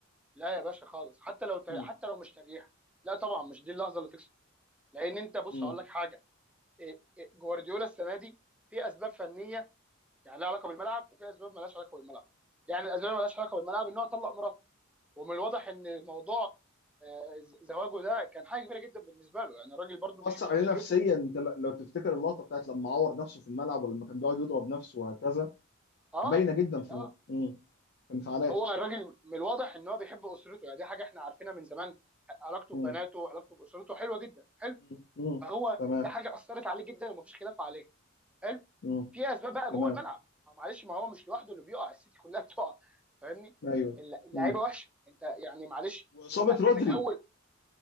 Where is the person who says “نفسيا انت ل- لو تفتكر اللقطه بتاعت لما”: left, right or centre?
Left